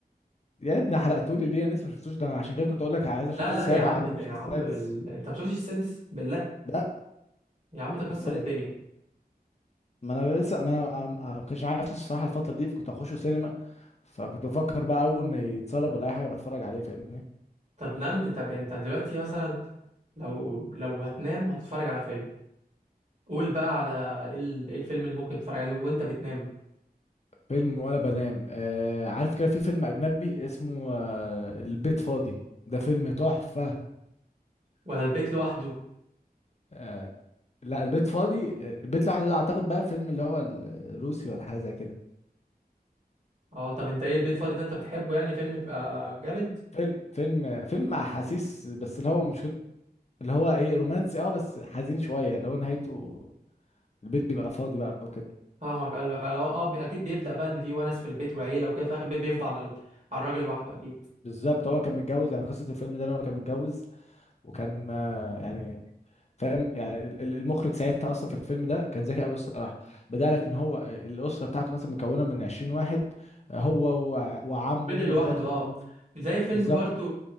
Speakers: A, on the left; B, on the right.
A: يا ابني حرقتولي ليه انا لسه ما شفتوش ده انا عشان كده كنت اقول لك عايز اشوف
B: لا
A: السابع
B: لا يا عم
A: قبل
B: ده
A: ما اشوف
B: يا عم
A: السادس
B: ال... انت ما شفتش السادس بالله
A: لا
B: يا عم ده كسر
A: كنت بقول
B: الدنيا
A: ما انا لسه ما انا عم- عم- ما كانش معايا فلوس الصراحه الفتره دي فكنت هخشه سينما فكنت بفكر بقى اول ما يتسرب ولا اي حاجه بتفرج عليه فاهمني
B: طب نام طب انت دلوقتي مثلا لو لو هتنام وهتتفرج على فيلم قول بقى على ايه ال- إيه الفيلم اللي ممكن تتفرج عليه وانت بتنام
A: فيلم وانا بنام آه عارف كده في فيلم اجنبي اسمه آه البيت فاضي ده فيلم تحفه
B: ولا البيت لوحده
A: آه لا البيت فاضي آه، البيت لوحده ده اعتقد بقى فيلم اللي هو الروسي ولا حاجه زي كده
B: اه طب انت ايه البيت فاضي ده انت بتحبه يعني فيلم بيبقى جامد
A: فيلم فيلم فيلم احاسيس بس اللي هو مش كنت اللي هو ايه رومانسي اه بس حزين شويه اللي هو نهايته البيت بيبقى فاضي بقى وكده
B: فاهمك قال لك اه آه، بي- اكيد بيبدأ بقى ان في ونس في البيت وعيله وكده في اخر البيت بيفضل على ال- على الراجل لوحده اكيد
A: بالظبط هو كان متجوز يعني قصة الفيلم ده ان هو كان متجوز وكان ما يعني فاهم يعني ال- ال- المخرج ساعتها اصلا في الفيلم ده كان ذكي قوي الصراحة بدأ لك ان هو الأسرة بتاعته مثلا مكونة من 20 واحد هو وع- وعمه
B: بدل
A: واخواته
B: لوحده اه
A: كانوا كلهم في-
B: زي فيلم
A: بالظبط
B: برضو